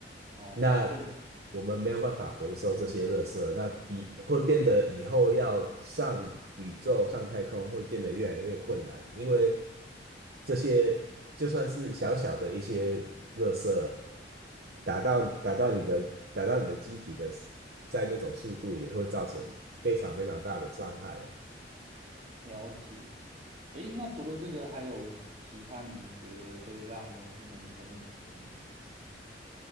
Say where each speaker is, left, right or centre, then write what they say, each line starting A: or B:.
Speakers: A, on the right; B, on the right.
A: 哦，
B: 那
A: 确实
B: 我们没有办法回收这些垃圾，那以会变得以后要上宇宙、上太空会变得越来越困难，因为这些就算是小小的一些垃圾，打到打到你的打到你的机体的，在那种速度也会造成非常非常大的伤害。
A: 了解。诶，那除了这个，还有其他您觉得会让年轻人成瘾的东西吗